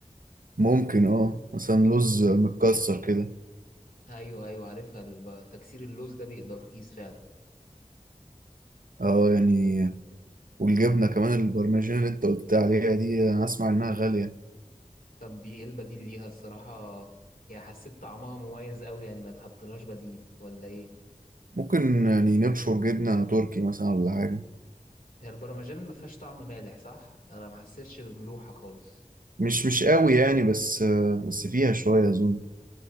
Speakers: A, on the right; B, on the left.
A: ممكن اه مثلا لوز متكسر كده
B: ايوه ايوه عارفها الب... تكسير اللوز ده بيبقى رخيص فعلا
A: اه يعني والجبنة كمان البرمجين اللي انت قلت عليها دي انا اسمع انها غالية
B: طب دي ايه البديل ليها الصراحه يعني حسيت طعمها مميز قوي يعني ما تحطلهاش بديل ولا ايه
A: ممكن يعني نبشر جبنة تركي مثلا ولا حاجة
B: هي البرمجان ما فيهاش طعم مالح صح انا ما حسيتش بملوحه خالص
A: مش مش قوي يعني بس بس فيها شوية اظن